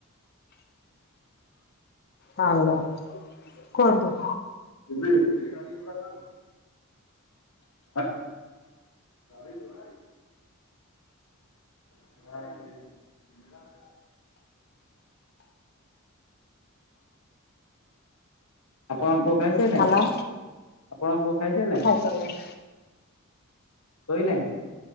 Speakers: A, on the left; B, on the left.
A: ହାଲୋ କୁହନ୍ତୁ।
B: ଏବେ ଏତେ ଗାଡି ଘୋଡ଼ା ଥାଆନ୍ତି। ଗଇ <inaudible> ହଁ ଯା <inaudible> <inaudible> <unintelligible> <unintelligible> ଆପଣ ପୁଅ ଖାଇସାଇଲାଣି।
A: ହାଲୋ। ସରିଲାଣି।
B: ଶୋଇଲାଣି।